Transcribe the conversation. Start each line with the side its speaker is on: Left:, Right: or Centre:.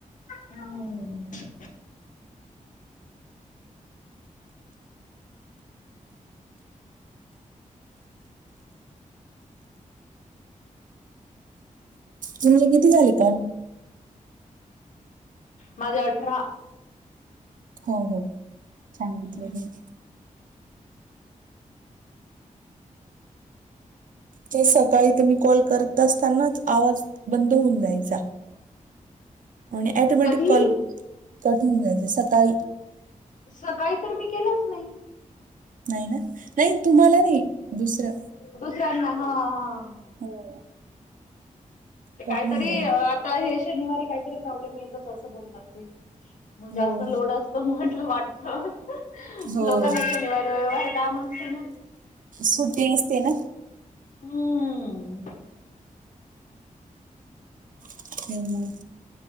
Left: हम्म
Right: तुमचे किती झाले पण?
Left: माझे अठरा.
Right: हो. हो. सांगितलं
Left: हम्म
Right: तस. ते सकाळी तर मी कॉल करत असतानाच आवाज बंद होऊन जायचा. आणि ऍटोमॅटिक
Left: कधी
Right: कॉल कट होऊन जायच सकाळी
Left: सकाळी तर मी केलंच नाही.
Right: नाही ना नाही तुम्हाला नाही. दुसरं.
Left: दुसऱ्यांना हा. हा.
Right: हो.
Left: ते काहीतरी
Right: कट होऊन जाईल
Left: आता हे शनिवारी काहीतरी प्रॉब्लेम येतच असं बोलतात ते मग जास्त
Right: हो ना
Left: लोड असत म्हटलं वाटत. हहह
Right: हो
Left: लोकांना शनिवार रविवार काम असतात ना
Right: सुट्टी असते ना
Left: हम्म.
Right: हम्म. हम्म